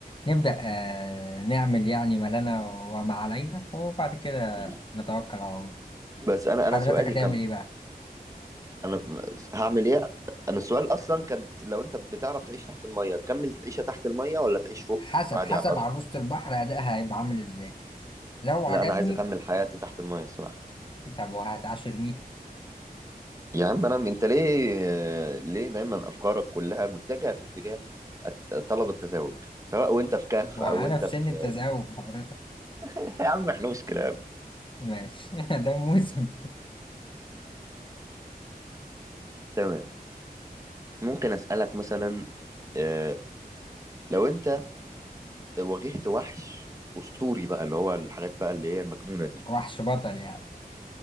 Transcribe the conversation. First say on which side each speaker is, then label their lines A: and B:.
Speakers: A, on the left; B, on the right.
A: نبدأ آه نعمل يعني ما لنا وما علينا وبعد كده
B: أمم.
A: نتوكل على الله
B: بس انا
A: حضرتك
B: انا سؤالي
A: هتعمل
B: كان
A: إيه بقى؟
B: انا هعمل ايه انا السؤال اصلا كانت لو انت بتعرف تعيش تحت المية تكمل تعيشها تحت المية ولا تعيش فوق
A: حسب
B: عادي
A: حسب
B: على الارض
A: عروسة البحر أدائها هيبقى عامل إزاي لو عجبني
B: لا انا عايز اكمل حياتي تحت المية صراحة
A: طب وهتعاشر مين
B: يا عم انا انت ليه ليه دايما افكارك كلها متجهة في اتجاه الت- طلب التزاوج سواء وانت في كهف
A: وأنا
B: او انت
A: في
B: في
A: سن التزاوج حضرتك
B: <laughs> يا عم احنا مش كلاب
A: ماشي <laughs> ده موسم
B: تمام ممكن اسالك مثلا آه، لو انت واجهت وحش اسطوري بقى اللي هو الحاجات بقى اللي هي المجنونه دي
A: وحش بطل يعني